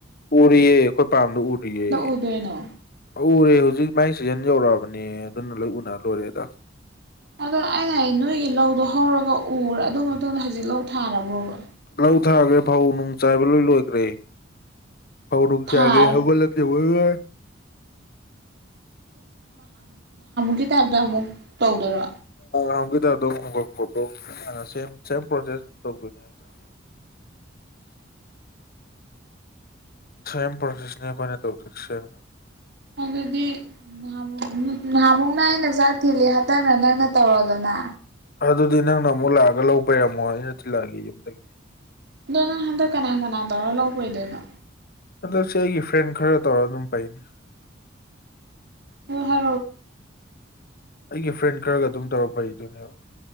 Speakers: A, on the left; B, on the right.
A: ꯎꯔꯤꯑꯌꯦ ꯀ ꯇꯥꯟꯗꯨ ꯎꯔꯤꯑꯌꯦ
B: ꯎꯗꯣꯏꯅꯣ
A: ꯎꯔꯦ ꯍꯧꯖꯤꯛ ꯃꯥꯏ ꯁꯤꯖꯟ ꯌꯧꯔꯛꯑꯕꯅꯦ ꯑꯗꯨꯅ ꯂꯣꯏ ꯎꯅꯔ ꯂꯣꯏꯔꯦꯗ
B: ꯑꯗꯣ ꯑꯩꯅ ꯅꯣꯏꯒꯤ ꯂꯧꯗꯣ ꯍꯧꯔꯒ ꯎꯔꯦ ꯑꯗꯨ ꯃꯇꯨꯡꯗ ꯍꯧꯖꯤꯛ ꯂꯧ ꯊꯥꯔꯕ꯭ꯔꯣꯕ
A: ꯇꯧ ꯊꯥꯈ꯭ꯔꯦ ꯐꯧ ꯅꯨꯡ ꯆꯥꯏꯕ ꯂꯣꯏ ꯂꯣꯏꯈ꯭ꯔꯦ ꯐꯧꯔꯣꯡ
B: ꯊꯥ
A: ꯆ ꯍꯥꯏꯒꯦ ꯍꯧꯒꯜꯂꯦ ꯑꯣꯏ
B: ꯑꯗꯨ ꯇꯥꯏꯞꯇ ꯑꯃꯨꯛ ꯇꯧꯗꯣꯏꯔꯣ
A: ꯑ ꯍꯧꯦꯗ ꯑꯗꯨꯝ ꯍꯧꯣꯡꯀꯛꯄ ꯁꯦꯝ ꯁꯦꯝ ꯄ꯭ꯔꯣꯁꯦꯁ ꯑꯗꯨꯝ ꯇꯧꯗꯣꯏꯅꯦ ꯍꯥꯏꯗ <inaudible> ꯁꯦꯝ ꯄꯔꯁꯤꯁꯅꯦ ꯀꯣꯏꯅ ꯇꯧꯕꯔ ꯁꯦꯝ
B: ꯑꯗꯨꯗꯤ ꯅꯍ ꯅꯍꯥꯃꯨꯛꯅ ꯑꯩꯅ ꯆꯥꯛ ꯊꯤꯜꯂꯤ ꯍꯇꯥꯡꯅ ꯅꯪꯅ ꯇꯧꯔꯗꯅ
A: ꯑꯗꯨꯗꯤ ꯅꯪꯅ ꯑꯃꯨꯛ ꯂꯥꯛꯑꯒ ꯂꯧꯕꯩꯔꯝꯃꯣ ꯑꯩꯅ ꯊꯤꯜꯂꯛꯑꯒꯦ ꯌꯨꯝꯗꯒꯤ
B: ꯑꯗꯣ ꯅꯪ ꯍꯟꯗꯛ ꯀꯅꯥ ꯀꯅꯥ ꯇꯧꯔ ꯂꯧꯕ ꯑꯣꯏꯗꯣꯏꯅꯣ
A: ꯑꯗꯣ ꯁꯤ ꯑꯩꯒꯤ ꯐ꯭ꯔꯦꯟ ꯈꯔ ꯇꯧꯔ ꯑꯗꯨꯝ ꯄꯩꯅꯤ
B: ꯍ ꯍ
A: ꯑꯩꯒꯤ ꯐ꯭ꯔꯦꯟ ꯈꯔꯒ ꯑꯗꯨꯝ ꯇꯧꯔꯛꯄꯩꯗꯨꯣꯏꯅꯦꯕ